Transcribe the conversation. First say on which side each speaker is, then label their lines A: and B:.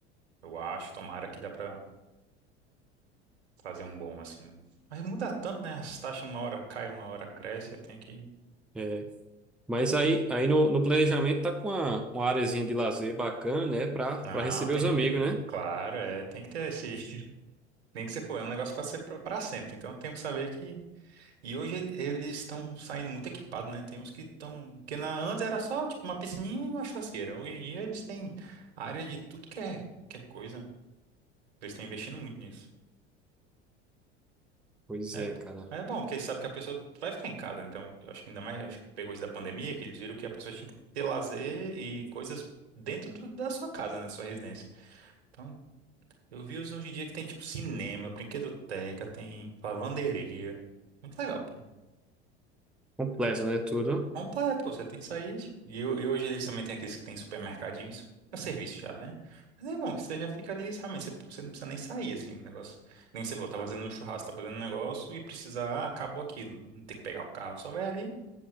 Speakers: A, on the right; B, in the centre.
A: eu acho, tomara que dá pra fazer um bom, assim. Mas muda tanto, né? As taxas uma hora caem, uma hora cresce, eu tenho que.
B: É. Mas aí, aí no, no planejamento tá com uma, uma areazinha de lazer bacana, né? Pra,
A: Não,
B: pra receber
A: tem
B: os
A: que
B: amigos,
A: ter.
B: né?
A: Claro, é, tem que ter esse. <laughs> Nem que você for, é um negócio pra ser pra, pra sempre. Então tem que saber que. E hoje ele- eles estão saindo muito equipados, né? Tem uns que estão. Porque na, antes era só tipo uma piscininha e uma churrasqueira. Hoje em dia eles têm área de tudo que é, que é coisa. Eles estão investindo muito nisso.
B: Pois
A: É,
B: é,
A: bo-
B: cara.
A: é bom, porque sabe que a pessoa vai ficar em casa, né? então eu acho que ainda mais eu acho que pegou isso da pandemia, que eles viram que a pessoa tinha que ter lazer e coisas dentro do- da sua casa, né? Da sua residência. Então, eu vi os hoje em dia que tem tipo cinema, brinquedoteca, tem lavanderia. Muito legal, pô.
B: Completo, né? Tudo.
A: Completo, pô, você tem que sair. tipo, E, ho- e hoje eles também têm aqueles que tem supermercadinho, isso é um serviço já, né? Mas é bom que você já fica ali, realmente, você, você não precisa nem sair, assim, o negócio. Nem você falou, tá fazendo um churrasco, tá fazendo um negócio e precisar, ah, acabou aquilo. Não tem que pegar o carro, só vai ali.